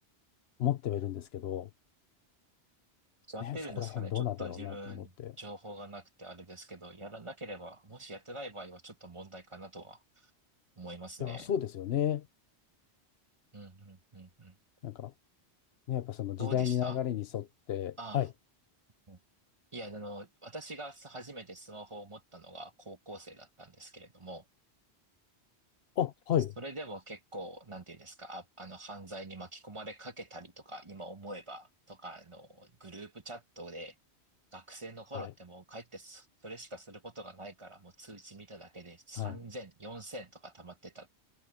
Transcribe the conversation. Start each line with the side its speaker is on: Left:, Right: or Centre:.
Left: 思ってはいるんですけど、
Right: やってるんですかね。
Left: ね、そこら辺どうなんだろうなと思って。
Right: ちょっと自分、情報がなくてあれですけど、やらなければ、もしやってない場合はちょっと問題かなとは思いますね。
Left: いや、そうですよね。
Right: うんうんうんうん。
Left: なんか、ね、やっぱその時代に流れに沿って、
Right: どうでしたあ
Left: はい、
Right: あ、いや、あの、私が初めてスマホを持ったのが高校生だったんですけれども、
Left: あ、はい、
Right: それでも結構、なんていうんですか、あ、あの、犯罪に巻き込まれかけたりとか、今思えば、とか、あの、グループチャットで、学生の頃ってもう帰ってそそれしかすることがないから、
Left: はい。
Right: もう通知見ただけで3000、
Left: はい
Right: 4000とか溜まってたこ